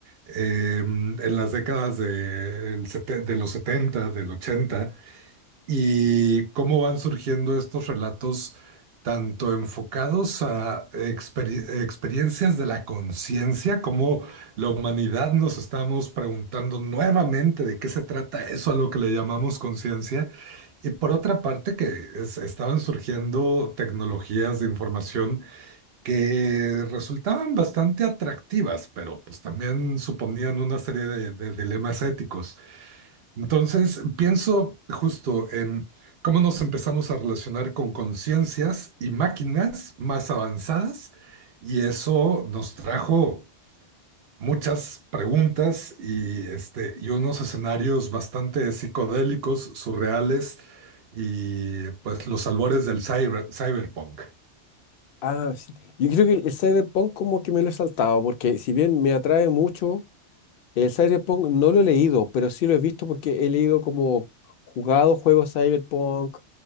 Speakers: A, on the right; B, on the left.
A: em, en las décadas del de, los 70, del 80. y cómo van surgiendo estos relatos tanto enfocados a experi- experiencias de la conciencia, como la humanidad nos estamos preguntando nuevamente de qué se trata eso a lo que le llamamos conciencia, y por otra parte que es- estaban surgiendo tecnologías de información que resultaban bastante atractivas, pero pues también suponían una serie de de dilemas éticos. Entonces, pienso justo en cómo nos empezamos a relacionar con conciencias y máquinas más avanzadas, y eso nos trajo muchas preguntas y, este, y unos escenarios bastante psicodélicos, surreales, y pues los albores del cyber- cyberpunk.
B: Ah, sí. Yo creo que el cyberpunk como que me lo he saltado, porque si bien me atrae mucho El Cyberpunk no lo he leído, pero sí lo he visto porque he leído como jugado juegos Cyberpunk,